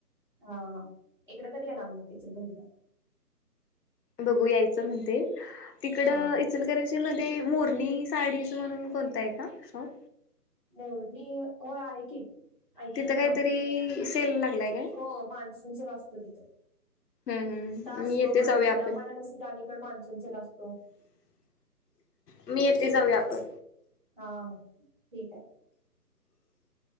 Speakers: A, on the right; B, on the left.
A: हा हा इकडे कधी येणार मग विचरापंजिला?
B: बघू यायचं म्हणते तिकडं
A: हा
B: इचल <unintelligible> मध्ये मोरनी साडीज म्हणून कोणता आहे का शॉप?
A: मोरनी हो आहे की. ऐकले
B: तिथं
A: मी
B: काहीतरी
A: आहे
B: सेल लागलाय काय
A: हो मान्सून जला असतो तिथे.
B: हम् हम्
A: टास्क
B: मी येते
A: <unintelligible>
B: जाऊया आपण
A: आपाणाला असं अलीकड मान्सून ला असतो.
B: मी येथे जाऊया आपण.
A: हा हा ठीक आहे.